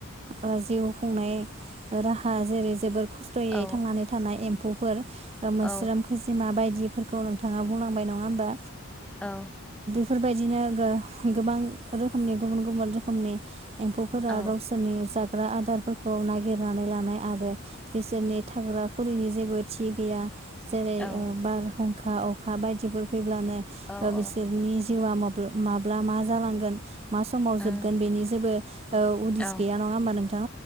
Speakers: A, on the right; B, in the centre.
A: ओ जिउ खुंनाय ओ राहा हा जेरै - जोबोर खस्थ'यै
B: औ
A: थांनानै थानाय एम्फौफोर ओ मोस्रोम
B: औ
A: खैजोमा बाय दिफोरखौ नोंथाङा बुंलांबाय नङा होमबा
B: औ
A: फोरबायदिनो गो-गोबां रोखोमनि गुबुन गुबुन रोखोमनि एम्फौफोरा
B: औ
A: गावसोरनि जाग्रा आदारफोरखौ नागिरनानै लानाय आरो बिसोरनि थाग्रा खुरिनि जेबो थि गैया जेरै
B: औ
A: ओ बार हुं खा अखा बायदिफोर फैब्लानो
B: औ
A: ओ बिसोरनि जिउआ मोफ बो माब्ला मा जालांगोन मा समाव
B: उम
A: जोबगोन बेनि जेबो ओ उदिस
B: औ
A: गैया नङा होमबा नोंथां